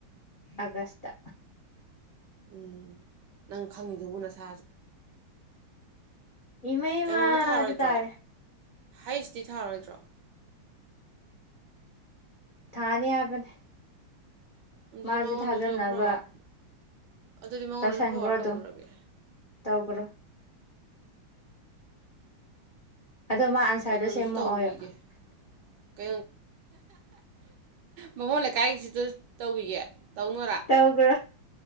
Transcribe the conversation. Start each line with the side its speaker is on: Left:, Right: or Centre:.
Left: ꯑꯒꯁꯇ
Right: ꯎꯝ ꯅꯪ ꯈꯪꯉꯤꯗꯕꯨ ꯅꯁꯥꯁꯨ
Left: ꯏꯃꯩꯃ
Right: ꯀꯩꯅꯣꯝꯗꯤ ꯊꯥꯔꯣꯏꯗ꯭ꯔꯣ
Left: ꯑꯗꯨ ꯇꯥꯔꯦ
Right: ꯍꯩꯁꯇꯤ ꯊꯥꯔꯣꯏꯗ꯭ꯔꯣ
Left: ꯊꯥꯅꯤ ꯍꯥꯏꯕꯅꯦ
Right: ꯑꯗꯨꯗꯤ
Left: ꯃꯥꯁꯨ
Right: ꯃꯉꯣꯟꯗꯁꯨ
Left: ꯊꯥꯖꯅꯕ
Right: ꯐꯣꯔꯋꯥꯔꯗ ꯑꯗꯨꯗꯤ ꯃꯉꯣꯟꯗꯁꯨ
Left: ꯇꯧꯁꯟꯈ꯭ꯔꯣ
Right: ꯐꯣꯔꯋꯥꯔꯗ
Left: ꯑꯗꯨꯝ
Right: ꯇꯧꯈ꯭ꯔꯒꯦ
Left: ꯇꯧꯈ꯭ꯔꯣ ꯑꯗꯣ ꯃꯥ ꯑꯟꯁꯔꯗꯣ
Right: ꯀꯩꯅꯣꯗꯁꯨ
Left: ꯁꯦꯝꯃꯛꯑꯣ
Right: ꯇꯧꯒ꯭ꯔꯤꯒꯦ ꯀꯣ ꯕꯥꯃꯣꯟ ꯂꯩꯀꯥꯏ ꯑꯖꯤꯠꯇꯣ ꯇꯧꯈꯤꯒꯦ ꯇꯧꯅꯣꯔꯥ
Left: ꯇꯧꯒꯔꯣ